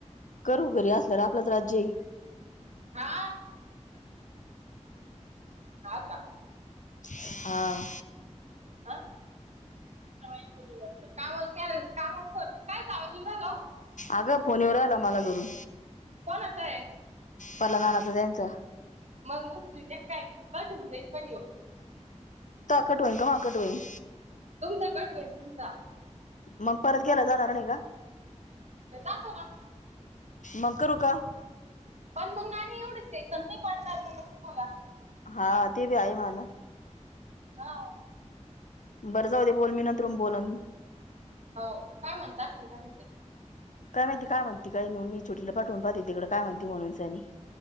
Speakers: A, on the left; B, on the right.
A: करू घरी असलं आपलंच राज्यय‌
B: हा, हा का!
A: हा.
B: ह कामाल कामा कायच आवाज उराल
A: अग फोन येऊन राहिला मला घरून.
B: कोण आचा आहे.
A: पला नाना तर त्यांच्या.
B: मग उस् त्यात काय का तुम जाई पण येऊ.
A: तवा कट होईल कवा कट होईल.
B: तुमचा कट होईल तुमचा
A: मग परत गेला जाणार नाही का?
B: जातो ना.
A: मग करु का.
B: पण मग ना एवढेच आहे कंद पाडणार ना मग तुम्हाला?
A: हा ते पण आहे म्हना.
B: हा.
A: बरं जाऊ बोल मी नं नंतरुन बोलल.
B: हो काय म्हणता अस म्हणता मा
A: काय माहिती काय म्हणती काय मी छोटी पाठवून पाहते तिकडे काय म्हणती म्हणून सनी